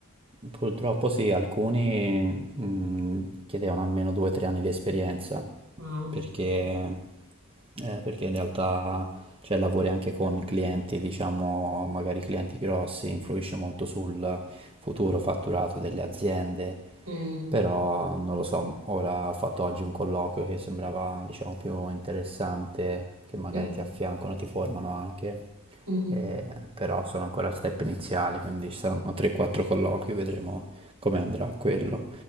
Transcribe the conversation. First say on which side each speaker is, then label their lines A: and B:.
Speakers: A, on the right (about 25°); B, on the right (about 75°).
A: Purtroppo sì, alcuni mh, chiedevano almeno 2-3 anni di esperienza,
B: Ah,
A: perché, eh, perché in realtà cioè, lavori anche con clienti, diciamo, magari clienti grossi, influisce molto sul futuro fatturato delle aziende.
B: mm,
A: Però non lo so, ora ho fatto oggi un colloquio che sembrava, diciamo, più interessante, che magari
B: mm,
A: ti affiancano, ti formano anche,
B: mhm,
A: eh, però sono ancora a step iniziali, quindi ci saranno 3-4 colloqui, vedremo come andrà quello.